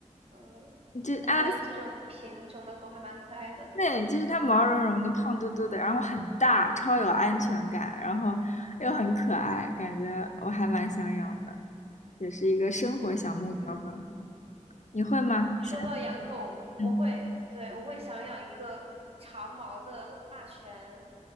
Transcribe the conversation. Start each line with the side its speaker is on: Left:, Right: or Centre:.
Right: 嗯，
Left: 这阿拉斯，
Right: 感觉这种品种的狗还蛮可爱的，
Left: 对，就是它毛茸茸的、胖嘟嘟的，然后很大，超有安全感，然后又很可爱，感觉我还蛮想养的。也是一个生活小目标吧？
Right: 嗯。
Left: 你会吗？
Right: 你说到养狗，
Left: 想，
Right: 我会，
Left: 嗯，
Right: 对，我会想养一个长毛的腊腊犬、